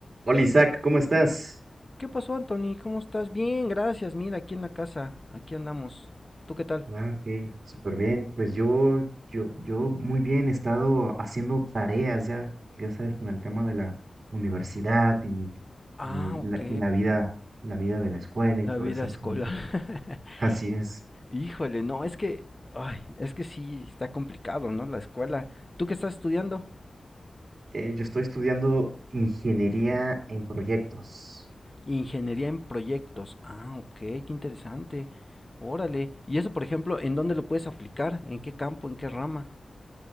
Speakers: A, on the right; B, on the left.
A: Hola Isaac, ¿cómo estás?
B: ¿Qué pasó, Anthony? ¿Cómo estás? Bien, gracias. Mira, aquí en la casa. Aquí andamos. ¿Tú qué tal?
A: Ah, ok, súper bien. Pues yo, yo, yo muy bien, he estado haciendo tareas ya, ya sabes, con el tema de la universidad y,
B: Ah,
A: y la,
B: ok.
A: la vida, la vida de la escuela
B: La
A: y todo
B: vida
A: ese asunto.
B: escolar.
A: Así es.
B: <laughs> Híjole, no, es que, ay, es que sí está complicado, ¿no? La escuela. ¿Tú qué estás estudiando?
A: Eh, yo estoy estudiando ingeniería en proyectos.
B: Ingeniería en proyectos. Ah, ok, qué interesante. Órale. ¿Y eso, por ejemplo, en dónde lo puedes aplicar? ¿En qué campo? ¿En qué rama?